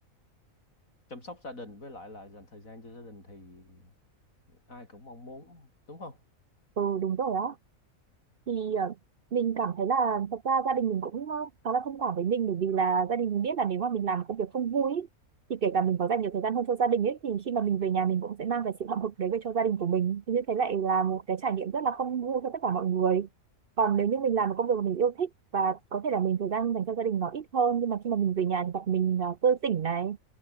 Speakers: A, on the left (about 80°); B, on the right (about 50°).
A: chăm sóc gia đình với lại là dành thời gian cho gia đình thì ai cũng mong muốn đúng không
B: ừ đúng rồi á thì ờ, mình cảm thấy là thật ra gia đình mình cũng ờ, khá là thông cảm với mình bởi vì là gia đình mình biết là nếu mà mình làm một công việc không vui ý, thì kể cả mình có dành nhiều thời gian hơn cho gia đình ấy thì khi mà mình về nhà mình cũng sẽ mang cái sự hậm hực đấy về cho gia đình của mình thì như thế lại là một cái trải nghiệm rất là không vui cho tất cả mọi người còn nếu như mình làm một công việc mà mình yêu thích và có thể là mình thời gian dành cho gia đình nó ít hơn nhưng mà khi mà mình về nhà thì gặp mình ờ, tươi tỉnh này